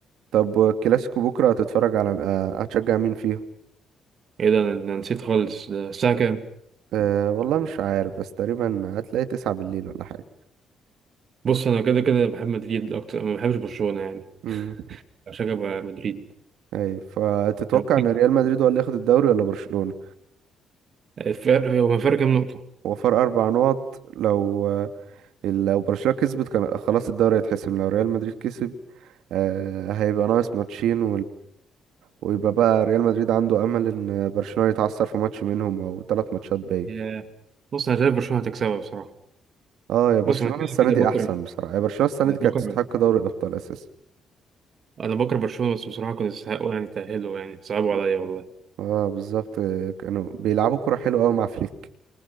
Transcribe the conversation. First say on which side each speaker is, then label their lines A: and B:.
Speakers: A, on the right; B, on the right.
A: طب الكلاسيكو بكرة هتتفرج على آه، هتشجع مين فيهم
B: ايه ده انا أنا نسيت خالص ده الساعة كام
A: أه والله مش عارف بس تقريبا هتلاقي تسعة بالليل ولا حاجة
B: بص انا كده كده بحب مدريد اكتر ما بحبش برشلونة يعني
A: امم
B: عشان بقى مدريد
A: ايوه فتتوقع
B: هو
A: ان ريال مدريد هو اللي ياخد الدوري ولا برشلونة
B: الفرق هو الفرق كام نقطة
A: هو فرق اربع نقط لو آه، لو برشلونة كسبت كان خلاص الدوري هيتحسم لو ريال مدريد كسب آه، هيبقى ناقص ماتشين ويبقى بقى ريال مدريد عنده امل ان برشلونة يتعثر في ماتش منهم او ثلاث ماتشات باقي
B: يا بص انا شايف برشلونة هتكسبها بصراحة
A: اه يا برشلونة
B: بص انا كده
A: السنة
B: كده
A: دي
B: بكره
A: احسن بصراحة يا برشلونة السنة
B: انا
A: دي
B: بكره
A: كانت تستحق دوري الابطال اساسا
B: انا بكره برشلونة بس بصراحة كنت يستحقوا يعني تأهلوا يعني صعبوا
A: <laughs>
B: عليا
A: آه.
B: والله
A: اه بالظبط كانوا بيلعبوا كرة حلوة قوي مع فليك